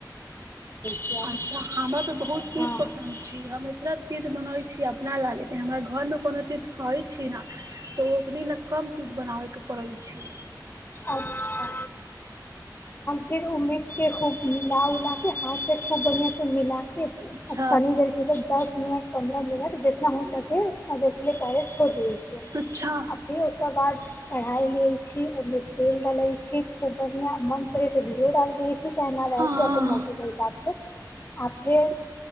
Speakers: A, on the left; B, on the right.
A: छी हम
B: अच्छा हमरा त बहुत तित
A: हँ
B: पसन्द छी हम एतबै तीत बनैबे छी अपना ल लेकिन हमरा घर मे कोनो तीत खाैही छी न त ओकनी ल कम तीत बनाबैके पड़ै छै
A: अच्छा फिर उ मिट के खूब मिला उलाके हाथसँ खूब बढ़िआँ से मिला
B: अच्छा
A: तनि देर के दस मिनट पन्द्रह मिनट जितना हो सके उतना देर के पहिले छोड़ि दियै छियै
B: अच्छा
A: आ फर ओकर बाद कढ़ाइ लैत छी ओहिमे तेल डालै छी ओ बढ़िआँ मन करै तऽ भोड रहै छी चाहे नहि रहल
B: हँ
A: छी अपन मर्जीके हिसाब सेँ आ फेर